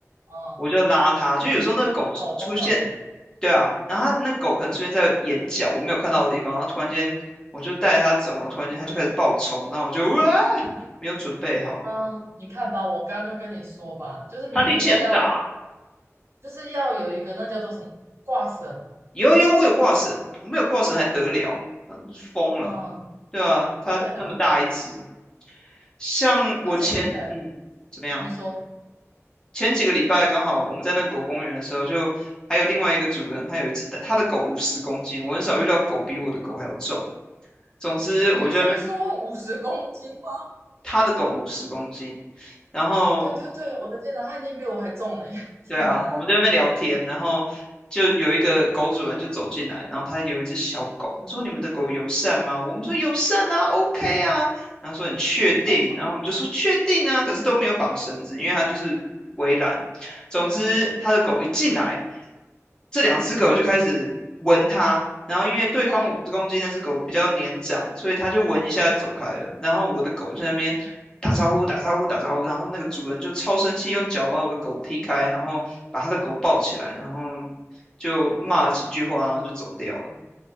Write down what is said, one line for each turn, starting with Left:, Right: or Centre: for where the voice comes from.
Right: 嗯，
Left: 我就拉它，就有时候那狗出出现，
Right: 你不觉得狗都长这样？
Left: 对啊，然后它那狗可能出现在眼角我没有看到的地方，然后突然间我就带着它走，然后突然间它就开始暴冲，然后我就哇，没有准备好。
Right: 嗯，你看吧，我刚刚就跟你说吧，就是你应该要。
Left: 它力气很大啊。
Right: 就是要有一个那叫做什么挂绳嘛。
Left: 有有，我有挂绳，我没有挂绳还得了？嗯疯了，
Right: 嗯，
Left: 对啊，他那么大一只，
Right: 对啊，
Left: 像我前嗯怎么样？
Right: 而且看起来你说
Left: 前几个礼拜刚好我们在那个狗公园的时候，就还有另外一个主人，他有一只他的狗五十公斤，我很少遇到狗比我的狗还要重。总之，
Right: 你是说五十公斤吗？
Left: 我就在那边他的狗五十公斤，然后
Right: 对对对，我的天哪，他已经比我还重了耶，
Left: 对啊，
Right: 是吧？
Left: 我们在那边聊天，
Right: 哎，
Left: 然后就有一个狗主人就走进来，然后他有一只小狗，他说：“你们的狗友善吗？”我们说：“友善啊，OK 啊。”然后说：“你确定？”然后我们就说：
Right: 通常，
Left: “确定啊。”可是都没有绑绳子，因为它就是围栏。总之，
Right: 嗯
Left: 他的狗一进来，这两只狗就开始闻它。然后因为对方五十公斤那只狗比较年长，
Right: 嗯，
Left: 所以它就闻一下就走开了。然后我的狗就在那边打招呼、打招呼、打招呼，然后那个主人就超生气，用脚把我的狗踢开，然后把他的狗抱起来，然后就骂几句话，
Right: 哇，
Left: 然后就走掉了。